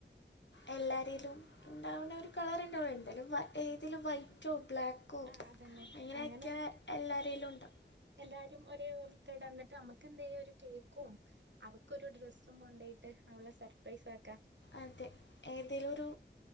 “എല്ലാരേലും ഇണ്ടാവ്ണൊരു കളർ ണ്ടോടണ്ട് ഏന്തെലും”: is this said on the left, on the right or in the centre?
Left